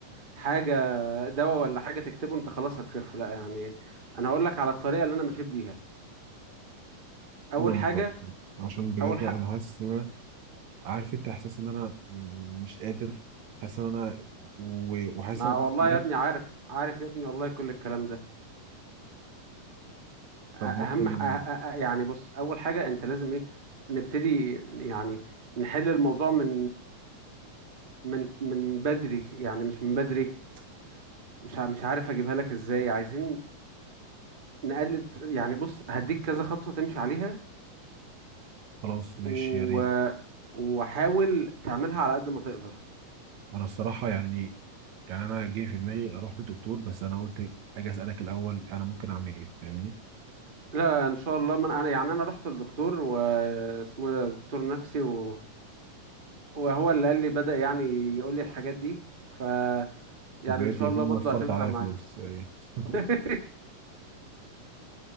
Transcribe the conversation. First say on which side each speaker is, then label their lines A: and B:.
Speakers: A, on the right; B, on the right.
A: حاجه دواء ولا حاجه تكتبه انت خلاص هتخف لا يعني انا هقول لك على الطريقه اللي انا مشيت بيها اول
B: قول
A: حاجه
B: لي طب عشان بجد
A: اول حق
B: انا حاسس ان انا عارف انت احساس ان انا م- مش قادر حاسس ان انا و- وحاسس
A: ما
B: ان
A: والله
B: بجد
A: يا ابني عارف عارف يا ابني والله كل الكلام ده أ-
B: طب
A: اهم
B: ممكن
A: ح- أ- أ- أ- يعني بص اول حاجه انت لازم ايه نبتدي يعني نحل الموضوع من من من بدري يعني مش من بدري مش ع- مش عارف اجيبها لك ازاي عايزين نقلل يعني بص هديك كذا خطوة تمشي عليها
B: خلاص ماشي
A: و...
B: يا ريت
A: وحاول تعملها على قد ما تقدر
B: انا الصراحه يعني يعني انا جه في دماغي اروح للدكتور بس انا قلت اجي اسالك الاول انا ممكن اعمل ايه فاهمني
A: لا لا، ان شاء الله من انا يعني انا رحت للدكتور واسمه ده دكتور نفسي و... وهو اللي قال لي بدأ يعني يقول لي الحاجات دي ف يعني
B: طبيعي
A: ان شاء
B: يكون
A: الله برضو
B: وفرت
A: هتنفع
B: عليا
A: معاك
B: فلوس يا ريت <laughs>
A: <laughs>